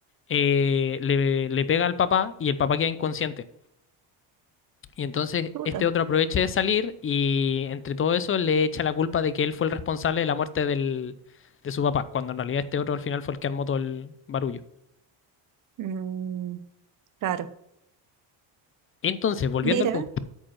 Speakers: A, on the left; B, on the right.
A: eh, le, le pega al papá y el papá queda inconsciente. Y entonces
B: Puta.
A: este otro aprovecha de salir y entre todo eso le echa la culpa de que él fue el responsable de la muerte del, de su papá, cuando en realidad este otro al final fue el que armó todo el barullo.
B: Mm, claro.
A: Entonces, volviendo
B: Mira.
A: al punto,